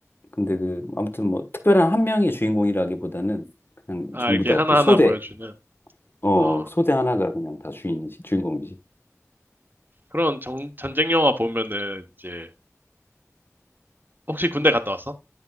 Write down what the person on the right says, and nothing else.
아,
이렇게
하나하나
보여주는
어.
그런 정, 전쟁 영화 보면은 이제 혹시 군대 갔다 왔어?